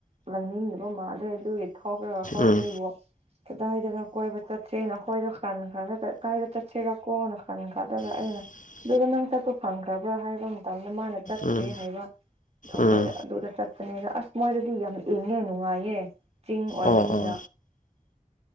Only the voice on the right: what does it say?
ꯂꯩꯅꯤꯡꯗꯕ ꯃꯥꯜꯂꯦ ꯑꯗꯨꯒꯤ ꯊꯣꯛꯔꯒ ꯑꯩꯈꯣꯏ
ꯑꯅꯤꯕꯨ ꯀꯗꯥꯏꯗꯔ ꯀꯣꯏꯕ ꯆꯠꯁꯦꯅ ꯑꯈꯣꯏꯗꯣ ꯈꯟꯈꯔꯥꯒ ꯀꯥꯏꯗ ꯆꯠꯁꯤꯔꯀꯣꯅ ꯈꯟꯈꯔꯥꯒ
ꯑꯗꯨꯒꯗ ꯅꯪ ꯆꯠꯇꯣ ꯐꯪꯈ꯭ꯔ ꯍꯥꯏꯕ ꯃꯇꯝꯗ ꯃꯥꯅ ꯆꯠꯇ꯭ꯔꯦ
ꯍꯥꯏꯕ ꯑꯗꯣ ꯑꯩꯈꯣꯏꯗ
ꯑꯗꯨꯗ ꯆꯠꯄꯅꯤꯗ ꯑꯁ ꯃꯣꯏꯗꯗꯤ ꯌꯥꯝ ꯏꯪꯉꯦ ꯅꯨꯡꯉꯥꯏꯌꯦ ꯆꯤꯡ ꯑꯣꯏꯕꯅꯤꯅ